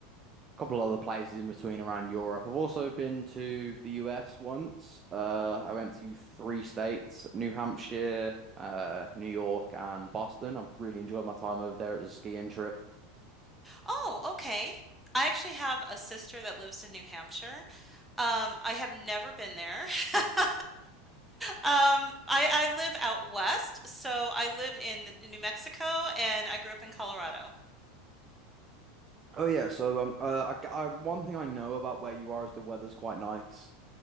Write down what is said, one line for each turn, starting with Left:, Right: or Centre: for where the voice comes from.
Right: a couple other places in between around Europe. I've also been to the US once. Uh I went to three states, New Hampshire, uh New York and Boston. I really enjoyed my time over there. It was a skiing trip.
Centre: Oh, okay. I actually have a sister that lives in New Hampshire. Um, I have never been there. <laughs> Um, I, I live out west, so I lived in New Mexico and I grew up in Colorado.
Right: Oh yeah, so um, uh, I, I, one thing I know about where you are is the weather's quite nice.